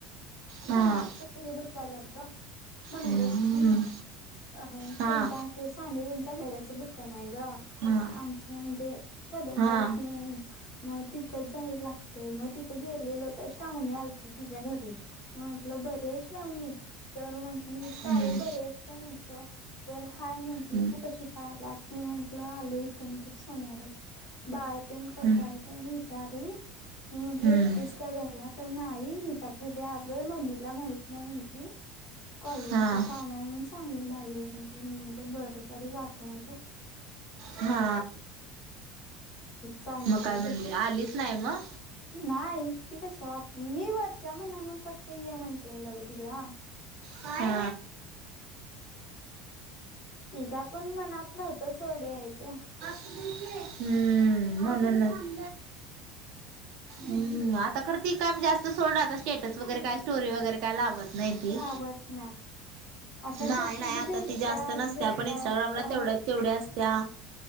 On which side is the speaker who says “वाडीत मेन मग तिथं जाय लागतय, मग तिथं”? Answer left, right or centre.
Left